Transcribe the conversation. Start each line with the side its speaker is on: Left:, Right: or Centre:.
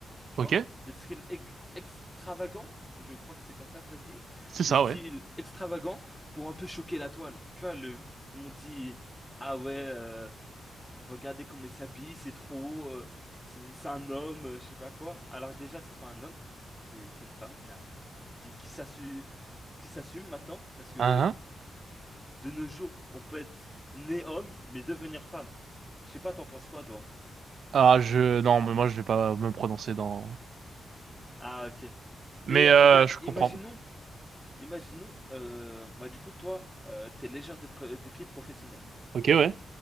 Centre: tu
Right: Ok,
Centre: vois, des styles ex- extravagants, je crois que c'est comme ça, ça se dit,
Right: c'est ça,
Centre: des styles
Right: ouais.
Centre: extravagants pour un peu choquer la toile. Tu vois, le, tout le monde dit, ah ouais, euh, regardez comment il s'habille, c'est trop haut, euh, c'est c'est un homme, euh, je sais pas quoi. Alors déjà, c'est pas un homme, c'est c'est une femme qui a- qui, qui s'assume, qui s'assume maintenant, parce que
Right: Ah, ah.
Centre: de nos jours, on peut être né homme, mais devenir femme. Je sais pas, t'en penses quoi, toi?
Right: Ah, je... Non, mais moi, je vais pas me prononcer dans...
Centre: Ah, ok.
Right: Mais
Centre: Mais
Right: euh,
Centre: regarde,
Right: je
Centre: imaginons,
Right: comprends.
Centre: imaginons, euh, bah du coup, toi, euh, t'es légère de, pre- de pied professionnel.
Right: Ok, ouais.